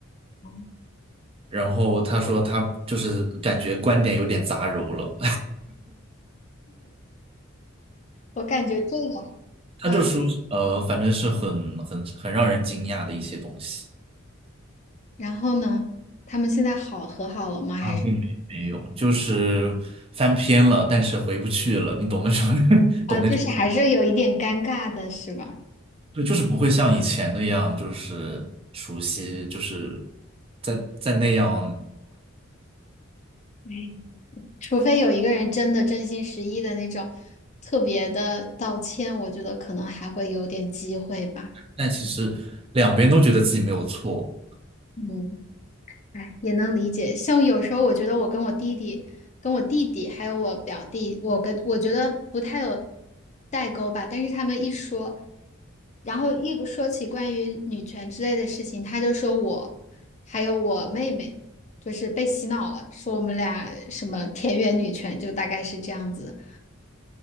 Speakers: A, on the left; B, on the right.
A: 嗯
B: 然后他说他就是感觉观点有点杂糅了。
A: 我感觉这个，
B: 他这说，
A: 嗯，
B: 呃，反正是很很很让人惊讶的一些东西。
A: 然后呢，他们现在好和好了吗？还是
B: 啊，并没没有，就是翻篇了，但是回不去了，你懂那种，<laughs>
A: 啊，
B: 懂那种，
A: 就是还是有一点尴尬的，是吧？
B: 对，就是不会像以前那样，就是熟悉，就是在在那样，
A: 嗯。除非有一个人真的真心实意的那种特别的道歉，我觉得可能还会有点机会吧。
B: 但其实两边都觉得自己没有错，
A: 嗯，哎，也能理解。像有时候我觉得我跟我弟弟、跟我弟弟还有我表弟，我跟我觉得不太有代沟吧。但是他们一说，然后一说起关于女权之类的事情，他就说我还有我妹妹就是被洗脑了，说我们俩什么田园女权，就大概是这样子的